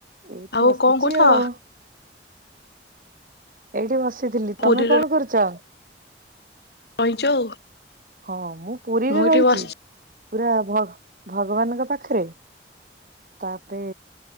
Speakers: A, on the right; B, on the left.
A: ଏଇଠି
B: ଆଉ
A: ବସିଛି
B: କଁ କରୁଛ।
A: ଆଉ ଏଇଠି ବସିଥିଲି ତମେ
B: ପୁରୀରେ
A: କଣ କରୁଚ।
B: ବଇଚୁ ଆଉ।
A: ହଁ ମୁଁ ପୁରୀରେ
B: ଏଠି
A: ରହିଛି।
B: ବସିଛି
A: ପୁରା ଭଗ ଭଗବାନଙ୍କ ପାଖରେ ତାପରେ